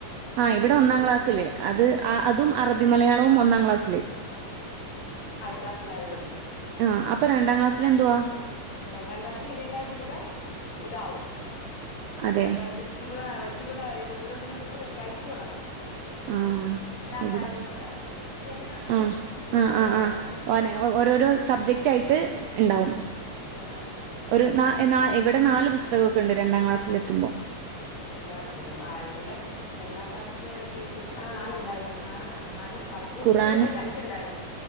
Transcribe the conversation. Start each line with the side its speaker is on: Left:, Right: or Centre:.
Right: ആ്
Left: പഠിപ്പിക്കുന്നത്
Right: ഇവിടെ ഒന്നാം ക്ലാസ്സല്ലേ അത് അതും അറബി മലയാളവും ഒന്നാം ക്ലാസ്സില്
Left: ക്ലാസ്സിലാത് പഠി
Right: ആഹ അപ്പൊ രണ്ടാം ക്ലാസ്സൽ എന്തുവാ
Left: രണ്ടാം ക്ലാസ്സില് ഇതിനേക്കാഴ്ച കൂടെ ഇതാവും ആ
Right: അതെ
Left: അതായത് ഇച്ച കൂടെ വെച്ചി കൂടെ ഇത് ഓരോന്നിനും കുറിച്ച് പഠിപ്പിച്ച് തുടങ്ങും
Right: ആ
Left: ഇസ്ലാം
Right: ഇവിടെ
Left: കാര്യങ്ങള് അത് തന്നെ
Right: ആ
Left: ഇത്
Right: ആ
Left: പോന്നത്
Right: ആ
Left: അങ്ങനെ
Right: ആ
Left: പോന്ന്
Right: ന ഓരോരോ സബ്ജക്റ്റ് ആയിട്ട് ഉണ്ടാവും
Left: ആ ആ
Right: ഒരു നാ എന്നാ ഇവിടെ നാല് പുസ്തകമൊക്കെ ഉണ്ട് രണ്ടാം ക്ലാസ്സിൽ എത്തുമ്പോൾ
Left: രണ്ടാം ക്ലാസ്സില എും ആ് ഇവിടെ രണ്ടാം ക്ലാസ്സില് എത്തിയപ്പോ ആ നാലുണ്ടായിരുന്നു ആ നാല് വർക്ക്
Right: ഖുറആാന്
Left: കൂടെ കൂട്ടി അഞ്ചുണ്ടായിരുന്നു